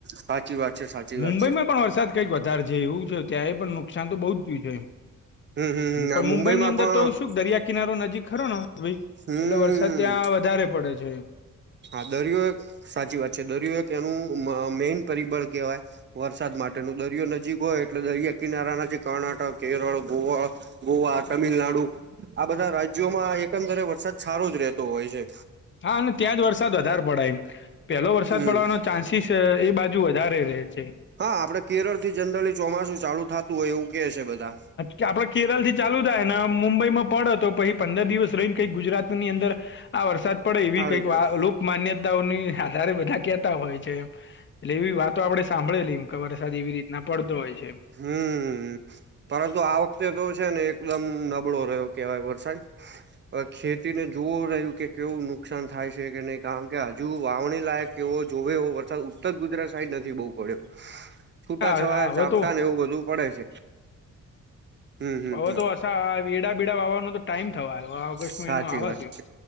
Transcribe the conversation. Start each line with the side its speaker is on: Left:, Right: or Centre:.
Right: સાચી વાત છે સાચી
Left: મુંબઈમાં
Right: વાત છે
Left: પણ વરસાદ કંઈક વધારે છે એવું છે. ત્યા એ પણ નુકસાન તો બહુ જ થયું છે એમ.
Right: હમ હમ હમ
Left: પણ
Right: આ મુંબઈમાં
Left: મુંબઈની અંદર
Right: પણ
Left: તો શું દરિયા કિનારો નજીક ખરો ને ભાઈ
Right: હમ
Left: એટલે વરસાદ ત્યાં વધારે પડે છે એમ.
Right: હા દરિયો એક સાચી વાત છે. દરિયો એક એનું મેઈન પરિબળ કહેવાય. વરસાદ માટેનું. દરિયો નજીક હોય એટલે દરિયા કિનારાના જે કર્ણાટક, કેરળ, ગોવા. ગોવા, તમિલનાડુ. આ બધા રાજ્યોમાં એકંદરે વરસાદ સારો જ રહેતો હોય છે.
Left: હા અને ત્યાં જ વરસાદ વધારે પડે એમ. પેલો વરસાદ
Right: હમ
Left: પડવાનો ચાન્સીસ એ બાજુ વધારે રહે છે.
Right: હા આપડે કેરળથી જનરલી ચોમાસું ચાલુ થતું હોય એવું કે છે બધા.
Left: કે આપડે કેરળથી ચાલુ થાય ને મુંબઈ માં પડ તો પછી પંદર દિવસ રહીને કઈક ગુજરાતની અંદર આ વરસાદ પડે એવી
Right: આવી
Left: કંઈક
Right: જાય
Left: લોકમાન્યતાઓની આધારે બધા કેતા હોય છે એમ. એટલે એવી વાતો આપણે સાંભળેલી એમ. કે વરસાદ એવી રીતના પડતો હોય છે એમ.
Right: હમ પરંતુ આ વખતે તો છે ને એકદમ નબળો રહ્યો. કેવાય વરસાદ. ખેતીને જોવું રહ્યું કે કેવું નુકસાન થાય છે કે નહી કારણ કે હજુ વાવણી લાયક કેવો જોવે એવો વરસાદ ઉત્તર ગુજરાત સાઈડ નથી બહુ પડ્યો. છૂટા
Left: હા
Right: છવાયા
Left: હા, હવે
Right: જાપતા
Left: તો
Right: ને એવું બધું પડે છે. હમ હમ
Left: હવે
Right: હમ
Left: તો આ વરસાદ એડાબેડા વાવવાનો તો ટાઈમ થવા આવ્યો. ઓગસ્ટ
Right: સાચી
Left: મહિનો આવે
Right: વાત
Left: છે.